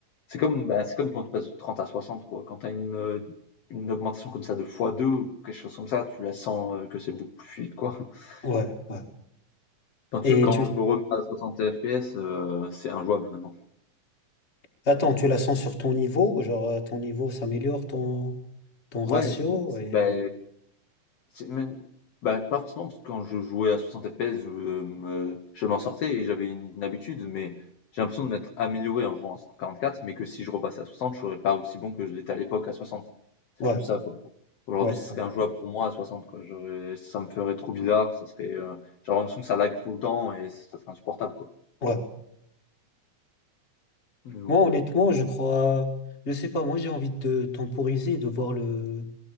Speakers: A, on the left; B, on the left.
A: c'est comme, bah, c'est comme quand tu passes de 30 à 60 quoi. Quand tu as une, heu, une augmentation comme ça de x deux ou quelque chose comme ça, tu la sens, heu, que c'est beaucoup plus fluide, quoi. <laughs>
B: ouais, ouais.
A: Quand tu
B: Et
A: quand
B: tu.
A: je me remets à 60 FPS, heu, c'est injouable maintenant.
B: Attends, tu la sens sur ton niveau? Genre, euh, ton niveau s'améliore, ton, ton ratio
A: Ouais, oui, oui, c'est
B: et.
A: bah C'est même bah, pas forcément, parce que quand je jouais à 60 FPS, je euh, me je m'en sortais et j'avais une habitude, mais j'ai l'impression de m'être amélioré en jouant en 144, mais que si je repassais à 60, je serais pas aussi bon que je l'étais à l'époque à 60. C'est
B: Ouais,
A: plus ça, quoi. Aujourd'hui,
B: ouais,
A: ce
B: ouais.
A: serait injouable pour moi à 60, quoi. J'aurais- ça me ferait trop bizarre, ça serait, euh, j'aurais l'impression que ça lag tout le temps et ça serait insupportable, quoi.
B: Ouais. ouais.
A: Mais bon,
B: Moi, honnêtement, je crois, je sais pas, moi j'ai envie de temporiser et de voir le,